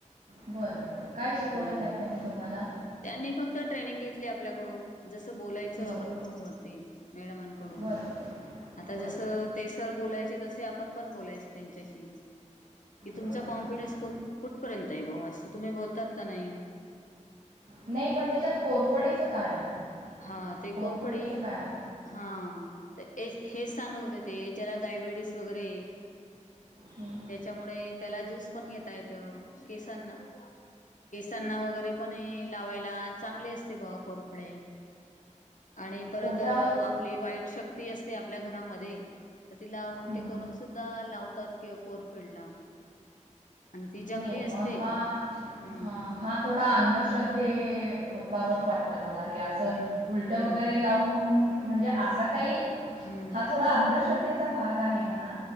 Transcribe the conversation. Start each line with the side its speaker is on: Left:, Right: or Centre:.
Right: बरं बरं काय शिकवलं
Left: हा
Right: त्यात त्यांनी तुम्हाला.
Left: त्यांनी फक्त ट्रेनिंग घेतली आपल्याकडून. जसं बोलायचं
Right: बरं
Left: आपण फोनवरती मॅडमांकडून.
Right: बरं बरं
Left: आता
Right: बरं
Left: जस ते सर बोलायचे तस. आप पण बोलायच त्यांच्याशी की तुमचा
Right: बरं बरं
Left: कॉन्फिडन्स कुठपर्यंत आहे. तुम्ही बोलतात का नाही
Right: नाही पण त्याच्यात कोरफडीचं काय आलं.
Left: हा ते
Right: कोरफडीचं
Left: कोरफडी
Right: काय आलं
Left: हा ते ए. हेच सांगत होते ते ज्याला डायबिटीस वगैरे
Right: हं.
Left: त्याच्यामुळे. त्याला ज्यूस पण घेता येत केसनना. केसांना वगैरे पण लावायला चांगले असते बावा कोरफडे. आणि परत
Right: पोटावर
Left: आपली वाईट शक्ती असते आपल्या घरामध्ये. तर तिला उलटी
Right: हं.
Left: करून सुद्धा लावतात किवा कोरफेडला. आणि ती जंगली
Right: नाही
Left: असते
Right: मग हा
Left: हम्म
Right: हा हा थोड. थोडा अंधश्रद्धे बाबत वाटतं मला हे असं
Left: हम्म
Right: उलट
Left: हम्म
Right: वगैरे लावून. म्हणजे असा काही
Left: हम्म
Right: हा थोडा अंधश्रद्धेचा भाग आहे म्हणा.